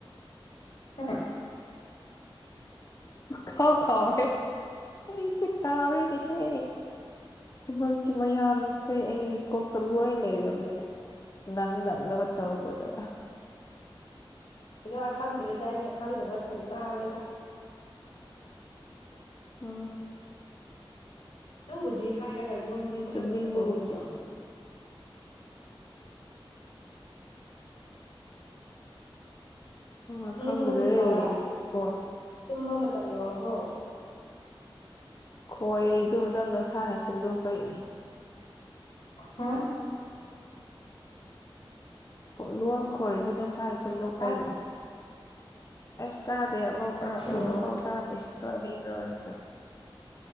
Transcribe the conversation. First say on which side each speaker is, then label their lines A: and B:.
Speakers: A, on the left; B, on the left.
A: ꯍꯥ
B: ꯈꯥꯎ ꯈꯥꯎꯔꯦꯁ ꯀꯥꯥꯎꯔꯤꯅꯤ ꯍꯦ ꯊꯕꯛꯀꯤ ꯃꯌꯥꯝꯁꯦ ꯑꯩ ꯀꯣꯛꯀ ꯂꯣꯏ ꯂꯩꯔꯕ ꯅꯟꯗꯒꯠꯇ ꯍꯕꯣꯗ
A: ꯄꯔ ꯈꯪꯗ꯭ꯔꯦꯗ ꯑꯩꯅ ꯈꯪꯗꯕ ꯈꯔ ꯆꯣꯡ ꯇꯥꯡꯉꯦꯗ
B: ꯑ
A: ꯅꯪꯕꯨꯗꯤ ꯍꯥꯏꯔꯒ ꯂꯣꯟ ꯈꯔꯕꯨ
B: ꯇꯨꯝꯅꯤꯡꯕꯒꯨꯝ
A: ꯈꯣꯏꯗ꯭ꯔꯤꯌꯦ
B: ꯇꯧ ꯑ
A: ꯇꯨꯝꯅꯤꯡꯕꯒꯨꯝ
B: ꯈꯪ꯭ꯔꯦ
A: ꯇꯧꯔꯦ
B: ꯐꯣ
A: ꯇꯨꯝꯕ ꯃꯇꯝ ꯌꯧꯔꯕꯣ
B: ꯈꯣꯏꯔꯤꯗꯨ ꯅ ꯅꯁꯥꯅ ꯁꯤꯟꯗꯣꯛꯄꯩꯅꯦ
A: ꯍꯥꯥ
B: ꯂꯨꯍꯣꯡ ꯈꯣꯔꯤꯗꯨ ꯅꯁꯥꯅ ꯁꯦꯝꯗꯣꯛꯄꯩꯒꯤꯅꯤ
A: ꯇꯥꯗ꯭ꯔ
B: ꯑꯁ ꯇꯥꯗꯦ ꯑꯃ
A: ꯎꯝ
B: ꯑꯃꯐꯥꯎ ꯇꯥꯗꯦ ꯀꯒ <unintelligible>